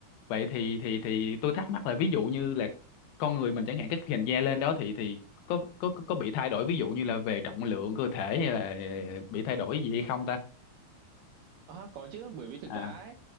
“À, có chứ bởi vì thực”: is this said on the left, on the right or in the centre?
Right